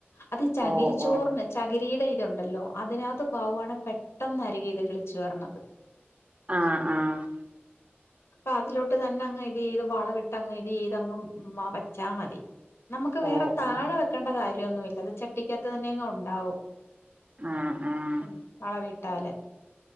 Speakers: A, on the left; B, on the right.
A: അതെ ചകിരി
B: ഓ
A: ചോറിന്
B: ഓ
A: ചകി ടെ ഇതുണ്ടല്ലോ അതിനകത്ത് പാകുവാണേ പെട്ടെന്നാരിക്കും ഇത് കിളിച്ചു വരണത്
B: ആ ആ
A: പ ത്തിലോട്ട് തന്നെ അങ്ങ് ഇത് ചെയ്ത് വളം ഇട്ട്ങ്ങ് ഇത് ചെയ്ത്ങ് വ വച്ചാ മതി നമുക്ക് വേറെ
B: ഓ
A: താഴെ
B: ഓ
A: വെക്കേണ്ട കാര്യ ഒന്നും ഇല്ല ചട്ടിക്കകത്ത് തന്നെ അങ്ങ് ഒണ്ടാവും
B: ആഹ് ആഹ്
A: ഉം വളം ഇട്ടാല്